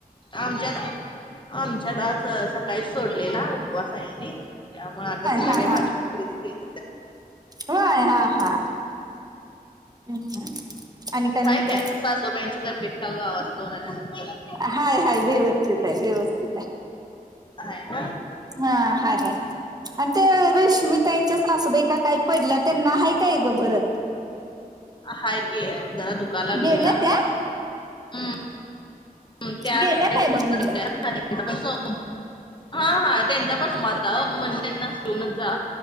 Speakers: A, on the left (about 30°); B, on the right (about 25°).
A: आमच्यात, आमच्यात आज सकाळी सोडलेला उपवास आईनी. त्यामुळ आता संध्याकाळी
B: हा
A: भाजी भाकरीच केली.
B: होय हा हा, ह हा. आणि
A: हाय
B: म्हणते
A: काय आता सासुबाईंची तब्येत काल गावासंन जाऊन आल्यानंतर
B: हाय हाय व्यवस्थित आहे व्यवस्थित आहे
A: आहे ना हम्म
B: हां हाय हाय आणि ते रश्मिताईंच्या सासूबाईं का काय पडल्या त्यांना आहे काय गं बर
A: हाय की जरा दुखायला लागलेलं
B: गेल्या त्या
A: हम्म त्या
B: गेल्या काय
A: <unintelligible>
B: बघ म्हणलं
A: हां हां तेंचा पण सोमवार होता म्हण त्यांना जेऊनच जा